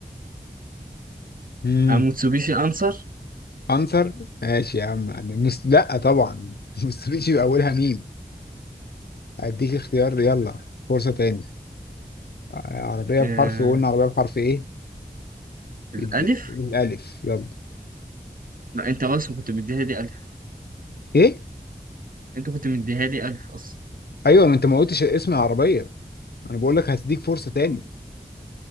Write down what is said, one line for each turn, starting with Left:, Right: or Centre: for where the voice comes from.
Left: مم.
Right: أموتسوبيشي أنصر
Left: أنصر ماشي يا عم أنا مس... لا طبعا <laughs> مستبيشي بأولها ميم أديك اختيار يلا فرصة تاني عربية
Right: آه
Left: بحرف قلنا عربية بحرف ايه؟
Right: الألف
Left: الد- الألف يلا
Right: ما أنت أصلا كنت مديها لي ألف
Left: ايه؟
Right: أنت كنت مديها لي ألف أصلا
Left: ايوه ما انت ما قلتش اسم العربية انا بقول لك هديك فرصة تاني